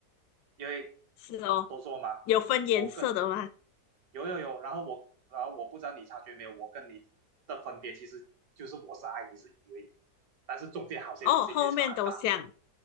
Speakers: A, on the right; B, on the left.
A: 因为
B: 是哦，
A: 都说嘛，
B: 有分颜色的吗？
A: 我跟有有有，然后我然后我不知道你察觉没有，我跟你的分别其实就是我是 I，你是 E 而已，但是中间好些东西可以差很大，
B: 哦，后面都像